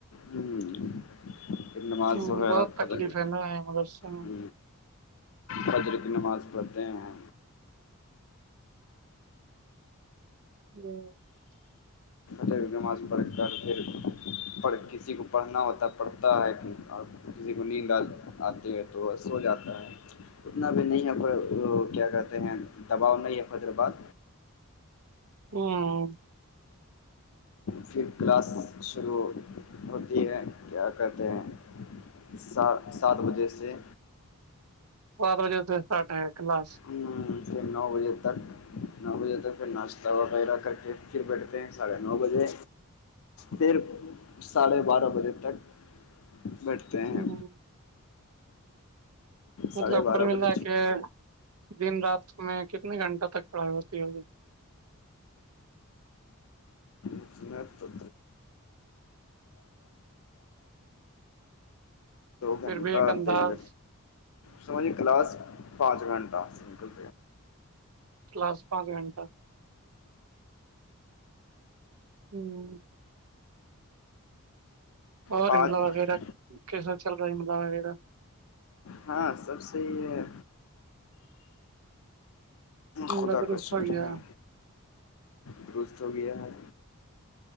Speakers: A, on the left; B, on the right.
A: ہ پ مس
B: ہ
A: ویر
B: بہت
A: پتکے
B: تکلیف ہے نا مدرسے میں
A: ہ حجر کی نماز پڑھتے ہیں
B: <inaudible>
A: چ مس پڑ کا رہ پڑھ کسی کو پڑھنا ہوتا پڑتا ہے کہ اور کسی کو نیندال آتے ہیں تو ب سو جاتا ہے اتنا بھی نہیں ہے کو کیا کہتے ہیں دباؤ نہیں ہے فیدرآباد
B: ہوں <unintelligible>
A: پھر کلاس شروع ہوتی ہے کیا کرتے ہیں سات سات بجے سے
B: بارہ بجے اتے سے اسٹارٹ ہے کلاس
A: ہ سے نو بجے تک نو بجے تک پھر ناشتہ وغیرہ کر کے پھر بیٹھتے ہیں ساڑھے نو بجے پھر ساڑھے بارہ بجے تک بیٹھتے ہیں
B: ہ مطلب
A: ساڑھے بارہ
B: کل ملا
A: بجے
B: کے دن رات میں کتنے گھنٹہ تک پڑھائی ہوتی ہوگی
A: <inaudible> دو
B: پھر
A: گھنٹہ
B: بھی ایک
A: اور
B: انداز
A: د گ سج کلاس پانچ گھنٹہ سکل
B: کس پانچ گنٹہ <inaudible> اور
A: پانچ
B: عملا وغیرہ کیسا چل رہا ہے عملہ وغیرہ
A: ہاں سب صحیح ہے
B: مدروس
A: خدا کا شکر
B: ہو گیا
A: ہے درست ہو گیا ہے